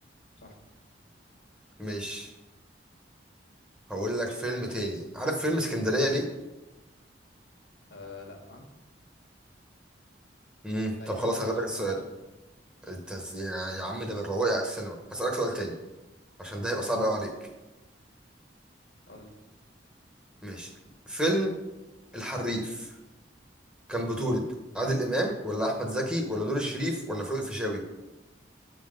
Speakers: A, on the left (about 70°); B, in the centre.
A: صح
B: ماشي هقول لك فيلم تاني عارف فيلم اسكندرية ليه؟
A: أه لأ
B: مم.
A: تقريبا
B: طب خلاص
A: ما سمعتش
B: هغير لك
A: عنه
B: السؤال
A: قبل كده
B: انت إز- يا يا عم ده من رواقي على السينما هسألك سؤال تاني عشان ده هيبقى صعب قوي عليك
A: قولي
B: ماشي فيلم الحريف كان بطولة عادل إمام ولا أحمد زكي ولا نور الشريف ولا فاروق الفيشاوي